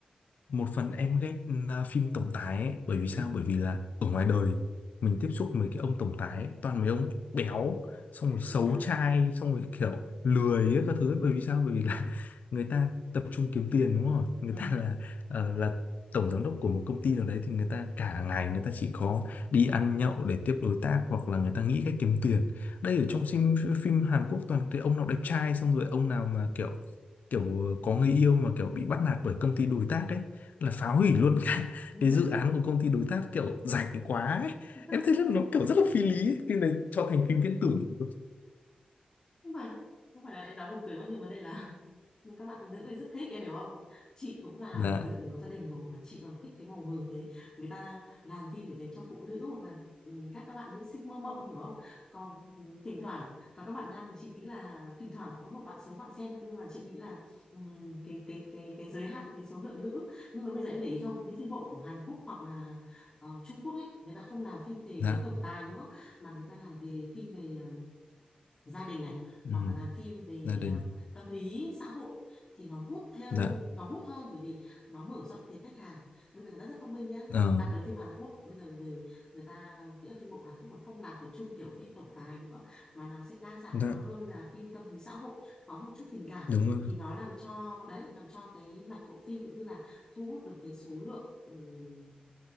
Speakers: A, on the left (about 80°); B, on the left (about 30°).
A: một phần em ghét à, phim tổng tài ấy bởi vì sao
B: ừ.
A: bởi vì là ở ngoài đời mình tiếp xúc với cái ông tổng tài ấy, toàn mấy ông béo xong
B: <laughs>
A: rồi xấu trai xong rồi kiểu lười ấy, các thứ ấy. bởi vì sao bởi vì là <laughs> người ta tập trung kiếm tiền đúng không người
B: ừ.
A: ta là ờ, là tổng giám đốc của một công ty nào đấy thì người ta cả ngày người ta chỉ có đi ăn nhậu để tiếp đối tác hoặc là người ta nghĩ cách kiếm tiền đây ở trong phim phim Hàn Quốc toàn cái ông nào đẹp trai xong rồi ông nào mà kiểu kiểu có người yêu mà kiểu bị bắt nạt bởi công ty đối tác ấy là phá hủy luôn cả
B: <laughs>
A: cái dự án của công ty đối tác kiểu rảnh quá ấy.
B: ừ.
A: Em thấy là nó kiểu rất là phi lý ấy. Phim này cho thành phim viễn tưởng luôn.
B: không phải không phải là em đóng buồn cười quá nhưng vấn đề là <laughs> nhưng các bạn nữ thì rất thích em hiểu không chị cũng là
A: dạ
B: một cái mình có gia đình rồi mà chị còn thích cái màu hường thế người ta làm phim để dành cho phụ nữ hoặc là ừ, các các bạn nữ sinh mơ mộng hiểu không còn ừ, thỉnh thoảng còn các bạn nam thì chị nghĩ là thỉnh thoảng có một bạn số bạn xem nhưng mà chị nghĩ là ừ, cái cái cái cái giới hạn cái số lượng nữ nhưng mà bây giờ em để ý không những phim bộ của Hàn Quốc hoặc là ờ, Trung Quốc ấy người ta không làm phim về
A: dạ
B: cái tổng tài nữa mà người ta làm về phim về ờ, gia đình này
A: ừ,
B: hoặc là làm phim về
A: gia đình
B: à, tâm lý xã hội thì nó hút theo
A: dạ
B: nó hút hơn bởi vì nó mở rộng tệp khách hàng bây giờ người ta rất thông minh nhá
A: ờ
B: đặc biệt là phim Hàn Quốc bây giờ người người ta nghĩa là phim bộ Hàn Quốc mà không làm tập trung kiểu phim tổng tài nữa mà nào sẽ đa dạng
A: dạ
B: hóa hơn là phim tâm lý xã hội có một chút tình cảm
A: đúng rồi
B: thì nó làm cho đấy làm cho cái mặt bộ phim cũng như là thu hút được cái số lượng ừm,